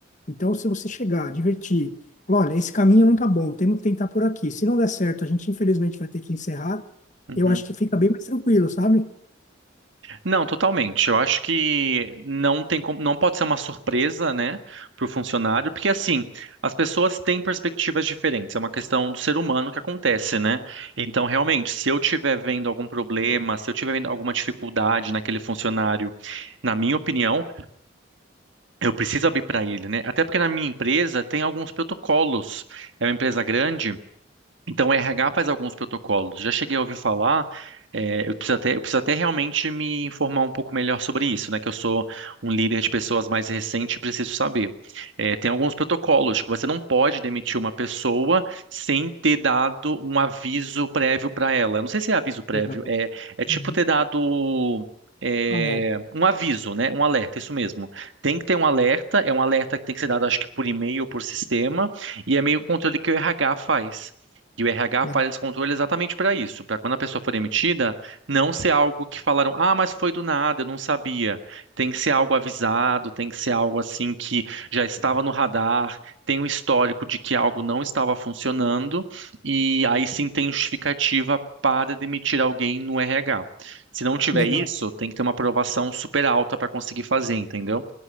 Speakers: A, on the left; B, on the right.
A: Então, se você chegar, advertir, falar, olha, esse caminho não tá bom, temos que tentar por aqui. Se não der certo, a gente infelizmente vai ter que encerrar.
B: Uhum.
A: Eu acho que fica bem mais tranquilo, sabe?
B: Não, totalmente. Eu acho que não tem como, não pode ser uma surpresa, né, para o funcionário, porque assim, as pessoas têm perspectivas diferentes, é uma questão do ser humano que acontece, né? Então, realmente, se eu estiver vendo algum problema, se eu estiver vendo alguma dificuldade naquele funcionário, na minha opinião, eu preciso abrir para ele, né? Até porque na minha empresa tem alguns protocolos. É uma empresa grande. Então, o RH faz alguns protocolos. Já cheguei a ouvir falar, é, eu preciso até, eu preciso até realmente me informar um pouco melhor sobre isso, né? Que eu sou um líder de pessoas mais recente e preciso saber. É, tem alguns protocolos que você não pode demitir uma pessoa sem ter dado um aviso prévio para ela. Não sei se é aviso prévio,
A: Legal.
B: é, é tipo
A: Uhum.
B: ter dado. é,
A: Alerta.
B: um aviso, né? Um alerta, isso mesmo. Tem que ter um alerta, é um alerta que tem que ser dado, acho que por e-mail ou por sistema, e é meio controle que o RH faz. E o RH
A: Legal.
B: faz esse controle exatamente para isso, para quando a pessoa for demitida, não ser algo que falaram, ah, mas foi do nada, eu não sabia. Tem que ser algo avisado, tem que ser algo assim que já estava no radar, tem um histórico de que algo não estava funcionando, e aí sim tem justificativa para demitir alguém no RH. Se não tiver
A: Legal.
B: isso, tem que ter uma aprovação super alta para conseguir fazer, entendeu?